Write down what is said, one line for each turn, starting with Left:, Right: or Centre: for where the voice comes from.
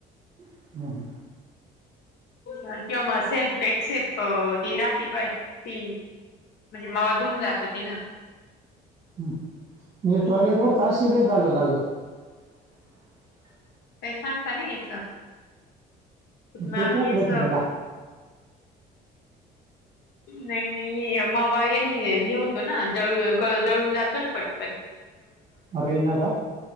Right: हम्म, हम्म.
Left: <unintelligible> म्हण सेल्फेशिप अं ती राहती पाय ती म्हणजे मावा धून जातो तेन.
Right: हम्म. म्हणजे टॉयलेट वरचं असुदे <unintelligible>
Left: काही सांगता ना याच. नाही
Right: ते
Left: म
Right: त्यातलंच
Left: याच.
Right: आहे ना
Left: नाही नाही मावा आहे हे होतो ना जळ जळून जातो ना पटपन
Right: रीण नका